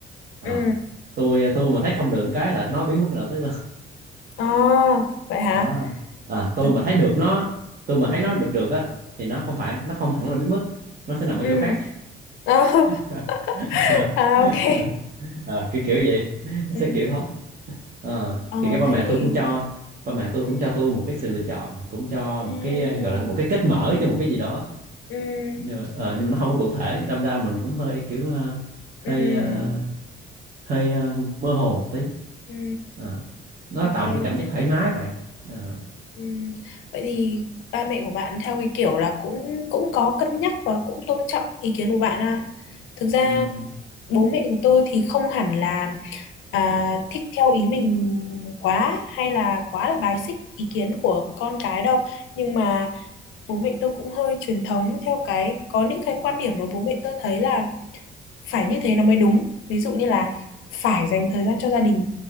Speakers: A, on the right; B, on the left.
A: à,
B: ừ
A: tôi ờ, tôi mà thấy không được cái là nói biến mất đầu tới luôn.
B: ờ vậy hả
A: à, à tôi
B: Thật-
A: mà thấy được nó tôi mà thấy nó được được á thì nó không phải nó không hẳn là biến mất nó sẽ nằm ở
B: ừ
A: chỗ khác
B: Ờ, <laughs>
A: <laughs>
B: à, ok
A: Ờ, kiểu kiểu vậy nó
B: ừ
A: sẽ kiểu đó Ờ,
B: ờ
A: thì cái ba
B: thế
A: mẹ
B: thì
A: tôi cũng cho ba mẹ tôi
B: ừ
A: cũng cho tôi một cái sự lựa chọn cũng cho
B: ừ
A: một cái ờ, gọi là một cái kết mở cho một cái gì đó
B: ừ
A: nhưng mà, ờ, nhưng mà nó không có cụ thể đâm ra mình cũng hơi kiểu ờ, hơi
B: ừ
A: ờ, hơi ờ, mơ hồ một tí
B: ừ
A: Ờ, nó
B: ok
A: tạo một cái cảm giác thoải mái bạn Ờ,
B: Ừ. Vậy thì ba mẹ của bạn theo cái kiểu là cũng cũng có cân nhắc và cũng tôn trọng ý kiến của bạn à. Thực ra
A: ừm,
B: bố mẹ của tôi thì không hẳn là à, thích theo ý mình quá hay là quá là bài xích ý kiến của con cái đâu. Nhưng mà bố mẹ tôi cũng hơi truyền thống theo cái có những cái quan điểm mà bố mẹ tôi thấy là phải như thế nó mới đúng ví dụ như là phải dành thời gian cho gia đình